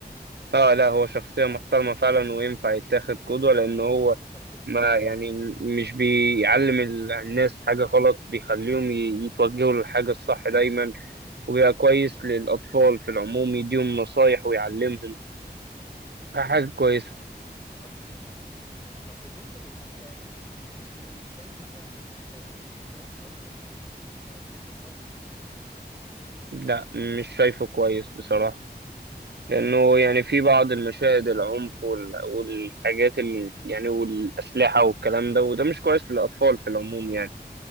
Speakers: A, on the right; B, on the left.
A: آه لا هو شخصية محترمة فعلا وينفع يتاخد قدوة لأن هو
B: اه طب بال-
A: ما يعني م- مش بيعلم ال- الناس حاجة غلط بيخليهم ي- يتوجهوا للحاجة الصح دايما وبيبقى كويس للأطفال في العموم يديهم نصايح ويعلمهم حاجة كويسة
B: ايوه طب طب بالنسبة للافلام يعني شايف مثلا ان فيلم ال- ابراهيم الابيض ده آه فيلم كويس
A: لا مش شايفه كويس بصراحة لأنه يعني في بعض المشاهد العنف وال- والحاجات اللي يعني والأسلحة والكلام ده وده مش كويس للأطفال في العموم يعني